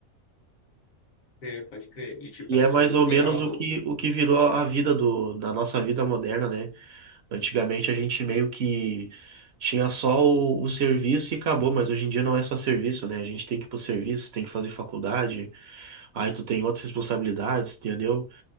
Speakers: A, on the left; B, on the right.
A: É, pode crer. E tipo
B: E
A: assim,
B: é mais ou
A: tem
B: menos
A: algo.
B: o que o que virou a vida do da nossa vida moderna, né? Antigamente a gente meio que tinha só o, o serviço e acabou, mas hoje em dia não é só serviço, né? A gente tem que ir pro serviço, tem que fazer faculdade, aí tu tem outras responsabilidades, entendeu?